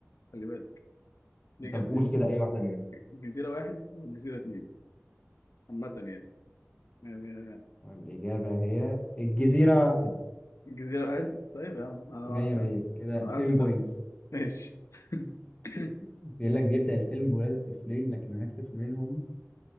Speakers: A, on the left (about 80°); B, on the left (about 25°).
A: خلي بالك ليه اجابتين
B: طب قول كده اي واحدة منهم
A: الجزيره واحد والجزيره اتنين عامه يعني يعني
B: الإجابة هي الجزيرة واحد
A: الجزيره واحد طيب يا عم انا
B: مية
A: بعرف
B: مية
A: يعني.
B: كده
A: انا
B: 10
A: مأمن
B: بوينتس
A: نفسي ماشي <laughs>
B: <laughs> بيقول لك بيبدأ الفيلم بولادة طفلين لكن هناك طفل منهم